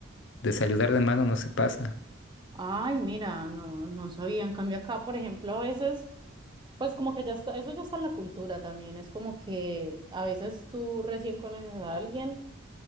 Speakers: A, on the left (about 60°); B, on the right (about 25°).
A: De saludar de mano no se pasa.
B: ay, mira, no, no sabía. En cambio acá, por ejemplo, a veces. Pues como que ya está, eso ya está en la cultura también, es como que a veces tú recién conoces a alguien